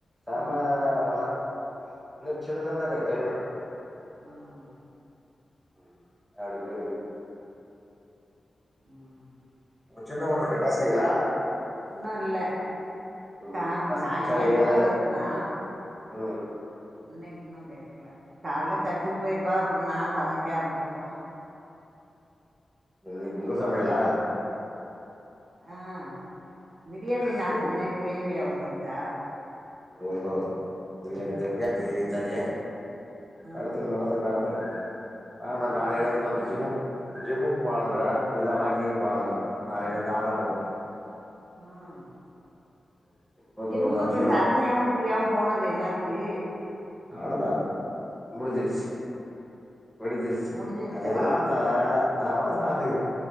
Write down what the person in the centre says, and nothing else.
செம
மழ இனு ஜில்லுந்தாருக்
கிளைமேட்
ம் அப்டி பெய்து
சின்ன
பொண்ணுகிட்ட பேசுனீங்களா
ம்
என்ன சமச்சா
ஏது
ம்
இன்னகி உங்க சமயலா
சேரி
ரோஷோ பிரியாண் தனியா தேவி
தனியா
நடத்துங்க நடத்துங்க நடத்துங்க ஆனா
நாளைலழுந்து
பாத் ஜிம்மு ஜிம்முக்கு போ ஆலுங்கள இல்ல வாக் நியு போலாறான
நாளைல இருந்து ஆரம்போ
கொஞ்சோ
ஒரு அஞ்சு கிலோ
அவளோதா முடிஞ்சிருச்சி விடுஞ்சுருசு
அது எல்லாத்த அதது அவ்ளோதா அது